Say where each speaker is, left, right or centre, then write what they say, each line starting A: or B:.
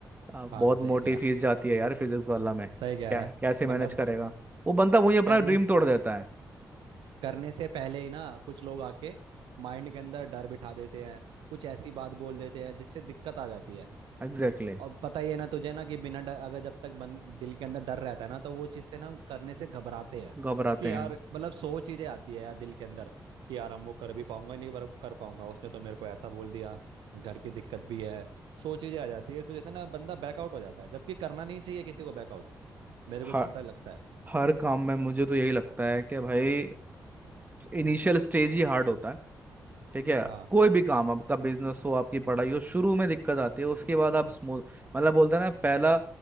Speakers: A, on the right; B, on the right.
A: आ, बहुत
B: हाँ सही
A: मोटी
B: क्या
A: फीस जाती है यार फिजिक्स वाला में
B: सही कह
A: क्या
B: रहा है
A: कैसे
B: मतलब
A: मैनेज करेगा वो बंदा वही अपना
B: करने
A: ड्रीम
B: से
A: तोड़ देता है
B: करने से पहले ही ना कुछ लोग आके माइंड के अंदर डर बिठा देते हैं कुछ ऐसी बात बोल देते हैं जिससे दिक्कत आ जाती है
A: Exactly exactly.
B: और पता ही है ना तुझे ना कि बिना डर अगर जब तक बन, दिल के अंदर डर रहता है ना तो वो चीज़ से ना हम करने से घबराते हैं
A: घबराते
B: कि
A: हैं
B: यार मतलब सौ चीज़ें आती है यार दिल के अंदर कि यार हम वो कर भी पाऊंगा नहीं पर कर पाऊंगा उसने तो मेरे को ऐसा बोल दिया घर की दिक्कत भी है सौ चीज़ें आ जाती है इस वजह से ना बंदा बैकआउट हो जाता है जबकि करना नहीं चाहिए किसी को बैकआउट मेरे को
A: हर
B: जहाँ तक लगता है
A: हर काम में मुझे तो यही लगता है कि भाई इनिशियल स्टेज ही हार्ड होता है ठीक है
B: हाँ
A: कोई भी काम आपका बिजनेस हो आपकी पढ़ाई हो शुरू में दिक्कत आती है उसके बाद आप स्मूथ मतलब बोलते हैं ना पहला